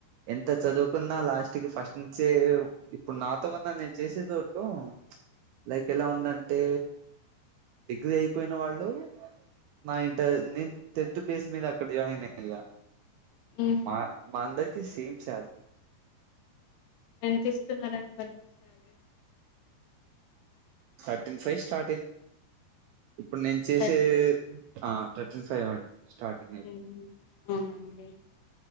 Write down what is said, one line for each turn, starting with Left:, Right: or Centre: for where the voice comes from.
Right: ఎంత చదువుకున్నా లాస్ట్ కి ఫస్ట్ నుంచే ఇప్పుడు నాతో ఉన్నా నేను చేసే దాట్లో లైక్ ఎలా ఉందంటే డిగ్రీ అయిపోయిన వాళ్ళు నా ఇంటర్ నేను టెన్త్ బేస్ మీద అక్కడ జాయిన్ అయ్యా
Left: ఉమ్
Right: మా మా అందరికి సేమ్ సాలరీ
Left: ఎంత ఇస్తున్నారండి మరి సాలరీ
Right: తీర్టీన్ ఫైవ్ స్టార్టింగ్ ఇప్పుడు నేను చేసే
Left: థర్
Right: ఆ థర్టీన్ ఫైవ్ అండి స్టార్టింగ్ అయితే
Left: ఆ అవునండి